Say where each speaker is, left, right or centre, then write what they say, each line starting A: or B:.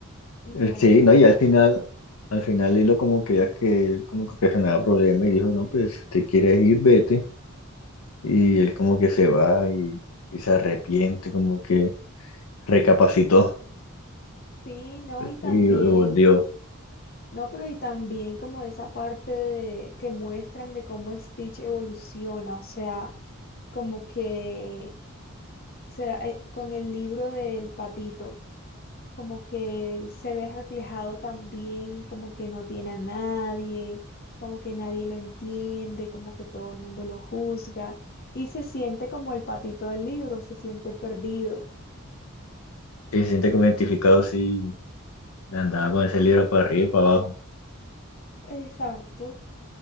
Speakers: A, on the left; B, on the left.
A: Entonces...
B: Sí, no, y al final, al final Lilo como que ya que él como que ocasionaba problemas y dijo, no, pues si te quieres ir, vete. Y él como que se va y, y se arrepiente, como que recapacitó
A: Sí, no, y también,
B: y, volvió.
A: no, pero y también como esa parte de, que muestran de cómo Stitch evoluciona, o sea, como que se, da- eh, con el libro del patito, como que él se ve reflejado también, como que no tiene a nadie, como que nadie lo entiende, como que todo el mundo lo juzga, y se siente como el patito del libro, se siente perdido.
B: Y se siente como identificado así Andaba con ese libro para arriba y para abajo.
A: Exacto.